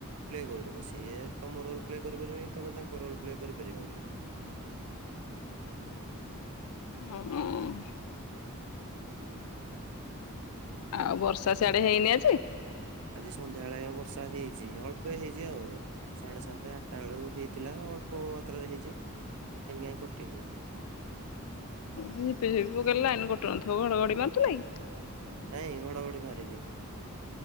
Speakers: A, on the right; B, on the left.
A: ପ୍ଲେ କରିଦବ ସିଏ ତମ ରୋଲ ପ୍ଲେ କରିପାରିବେନି ତମେ ତାଙ୍କ ରୋଲ ପ୍ଲେ କରିପାରିବନି।
B: ହଁ। ଆଉ ବର୍ଷା ସିଆଡେ ହେଇନି ଆଜି?
A: ଆଜି ସନ୍ଧ୍ୟାବେଳେ ଆଜ୍ଞା ବର୍ଷା ହେଇଛି ଅଳ୍ପ ହେଇଛି ଆଉ ସାଢେ ସାତ ଆଠଟା ବେଳକୁ ହେଇଥିଲା ଅଳ୍ପ ମାତ୍ରାରେ ହେଇଛି ଲାଇନ କାହିଁକି କଟିନି?
B: ଝିପିଝିପିରେ ଲାଇନ କଟି ନଥିବ ଘଡଘଡି ମାରୁୁଥିଲା କି?
A: ନାଇଁ ଘଡଘଡି ମାରିନି।